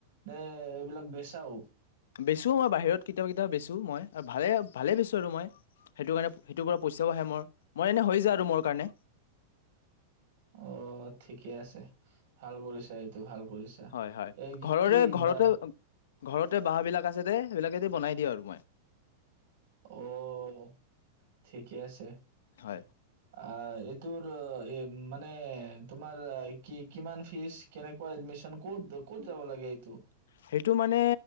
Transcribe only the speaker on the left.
বেচো মই বাহিৰত কেতিয়াবা-কেতিয়াবা বেচোঁ মই, ভালে-ভালে বেচো আৰু মই সেইটো কাৰণে সেইটো পৰা পইচাও আহে মোৰ, মোৰ এনে হৈ যায় আৰু মোৰ কাৰণে।
হয় হয়
ঘৰৰে
ঘৰতে
ঘৰতে বাঁহ বিলাক আছে দেই, সেইবিলাকে দি বনাই দিওঁ আৰু মই।
হয়
সেইটো মানে